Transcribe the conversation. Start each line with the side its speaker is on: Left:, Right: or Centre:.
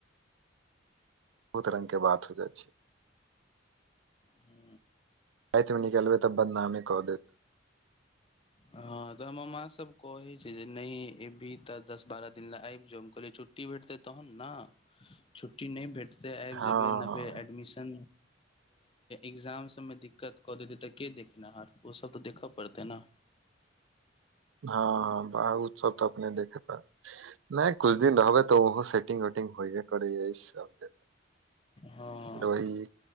Right: बहुत रंग के बात हो जाइ छै
Left: हू
Right: रातिमे निकलबै तब बदनामे कऽ देत
Left: हाँ तऽ हमर माँ सब कहे छै जे नहि एबही तऽ दस बारह दिन ल आबि जो हम कहल छुट्टी छुट्टी भेटतै तहन ने छुट्टी नहि भेटतै आबि
Right: हँ
Left: जेबै नबै फेर एडमिशन एग्जाम सभ में दिक्कत कऽ देतै तऽ के देखेनाहार ओसभ तऽ देखय पड़तै नै
Right: हाँ हाँ बाह उ सब तऽ अपने देखे पड़तौ नहि किछु दिन रहबै तऽ ओहो सेटिंग वेटिंग होइये प जा सब जग
Left: हँ
Right: वही